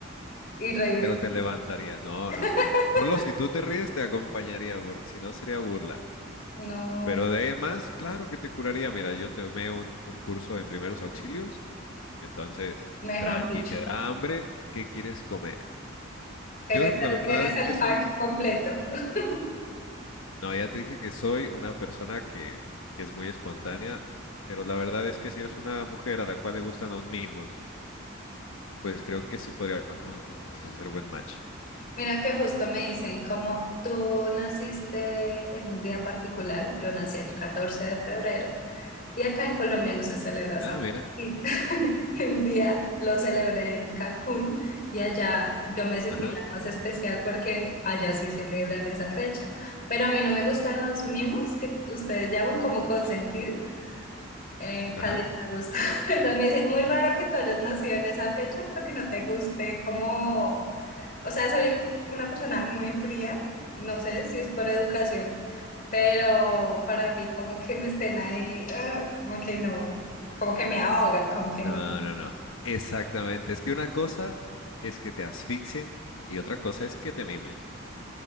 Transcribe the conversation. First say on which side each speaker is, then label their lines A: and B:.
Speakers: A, on the left; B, on the left.
A: y reírte.
B: pero te levantaría. No, no,
A: <laughs>
B: no. Solo si tú te ríes te acompañaría, porque si no sería burla.
A: No,
B: Pero de ahí más, claro que te curaría. Mira, yo tomé un, un curso en primeros auxilios, entonces,
A: mejor
B: tranqui,
A: dicho,
B: te da hambre, ¿qué quieres comer?
A: eres
B: Yo la
A: el,
B: verdad
A: eres
B: es
A: el
B: que soy
A: pack completo. <laughs>
B: No, ya te dije que soy una persona que, que es muy espontánea, pero la verdad es que si eres una mujer a la cual le gustan los mimos, pues creo que sí podríamos hacer buen match.
A: Mira que justo me dicen como tú naciste en un día particular, yo nací el 14 de febrero y acá en Colombia no se celebra
B: Ah,
A: San
B: mira.
A: Valentín. <laughs> Un día lo celebré en Cancún y allá yo me sentí
B: Ajá,
A: la más especial porque allá sí celebran esa fecha. Pero a mí no me gustan los mimos que ustedes llaman como consentir, eh,
B: ajá.
A: casi no me gusta. <laughs> Entonces me dicen, muy raro que tú hayas nacido en esa fecha, pero que no te guste como o sea, soy una persona muy fría, no sé si es por educación, pero para mí como que me estén ahí, ah, como que no, como que me ahoga, como que
B: No,
A: no.
B: no, no. Exactamente. Es que una cosa es que te asfixien y otra cosa es que te mimen.